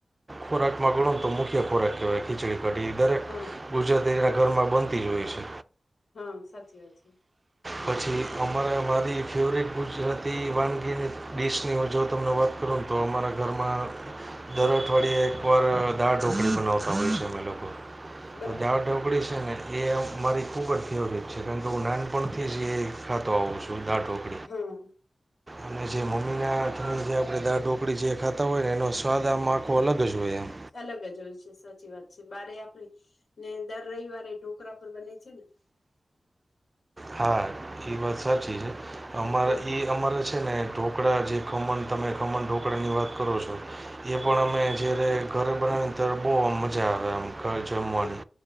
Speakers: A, on the right; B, on the left.
A: ખોરાકમાં ગણોને તો મુખ્ય ખોરાક કહેવાય ખીચડી કઢી એ દરેક
B: હા
A: ગુજરાતીના ઘરમાં બન તી હોય છે.
B: હહ સાચી વાત છે.
A: પછી અમારે મારી ફેવરેટ ગુજરાતી વાનગીની ડિશની તમને વાત કરુંને તો અમારા ઘરમાં દર અઠવાડિયે એક ઉપર દાળ ઢોકળી બનાવતા હોઈએ છી અમે લોકો
B: બરાબર
A: તો દાળ ઢોકળી છે ને એ મારી ખૂબ જ ફેવરેટ છે. કારણ કે હું નાનપણથી જ એ ખાતો આવું છું દાળ ઢોકળી.
B: હહ
A: અને જે મમ્મીના અને જે આપણે દાળ ઢોકળી જે ખાતા હોય ને એનો સ્વાદ આમ આખો અલગ જ હોય આમ.
B: અલગ જ હોય છે સાચી વાત છે. બારે આપણે ને દર રવિવારે ઢોકરા પર બને છે ને?
A: હા ઈ વાત સાચી છે. અમારા
B: હા
A: ઈ અમારે છે ને ઢોકળા જે ખમણ તમે ખમણ ઢોકરાની વાત કરો છો. એ
B: હા
A: પણ અમે જ્યારે ઘરે બનાવી ત્યારે બહુ આમ મજા આવે આમ ઘર જમવાની.
B: હા